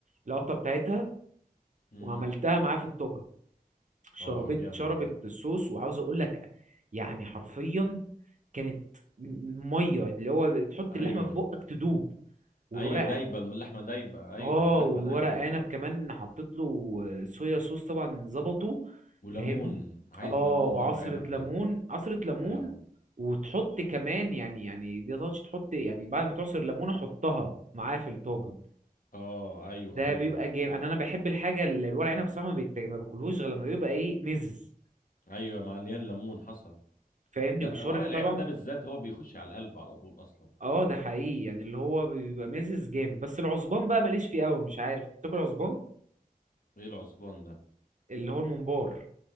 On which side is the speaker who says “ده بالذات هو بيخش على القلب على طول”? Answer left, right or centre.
Left